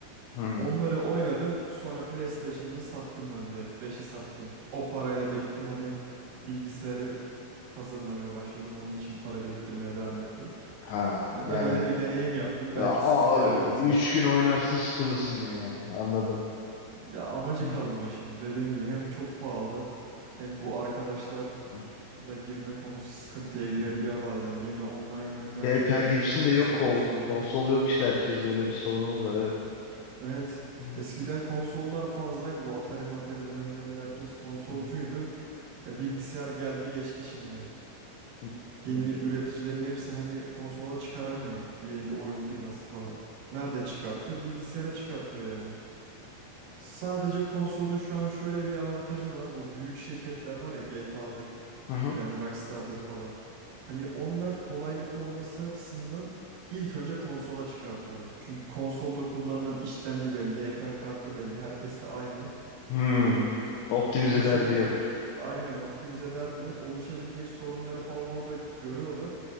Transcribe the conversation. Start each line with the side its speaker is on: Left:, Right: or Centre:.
Left: Hı.
Right: Onları oynadım sonra PlayStation'ı sattım ben direkt 5'i sattım. O parayla da gittim hani bilgisayarı hazırlamaya başladım. Onun için para biriktirmeye devam ettim.
Left: Ha
Right: Hani
Left: yani
Right: ben öyle bir deneyim yaptım.
Left: a,
Right: Belki siz de
Left: a-
Right: yaparsınız.
Left: üç gün oynarsın sıkılırsın diyorsun yani anladım.
Right: Ya amacı
Left: Hı,
Right: kalmıyor şimdi. Dediğim gibi hem çok pahalı hem bu arkadaşlarla
Left: hı,
Right: girme konusu sıkıntıya girebiliyor
Left: hı.
Right: bazen. Yeni online oyunlar çıkıyor
Left: Fer
Right: görüyorsunuz
Left: Gibson'de yok
Right: sağda
Left: kol.
Right: solda.
Left: Konsol yok işte herkeste öyle bir sorunumuz var evet.
Right: Evet
Left: Hı,
Right: eskiden konsollar fazlaydı. Bu Atari Matari dönemlerinde herkes konsolcuydu.
Left: hı,
Right: E, bilgisayar geldi geçti şimdi.
Left: hı,
Right: Yeni
Left: hı.
Right: üreticilerin hepsi hani konsola çıkaramıyor. Yeni bir oyun firması falan. Nerede çıkartıyor? Bilgisayara çıkartıyor yani. Sadece konsolun şu an şöyle bir avantajı var. Bu büyük şirketler var ya GTA'dır
Left: Hı, hı.
Right: yani Rockstar'dır falan. Hani onlar kolaylık olması açısından ilk önce konsola çıkartıyorlar. Çünkü konsolda kullanılan işlemci belli, ekran kartı belli, herkes de aynı.
Left: Hmm.
Right: Hani
Left: Optimize
Right: oluşabilecek
Left: derdi yok.
Right: aynen optimize derdi yok. Oluşabilecek sorunları falan orada görüyorlar.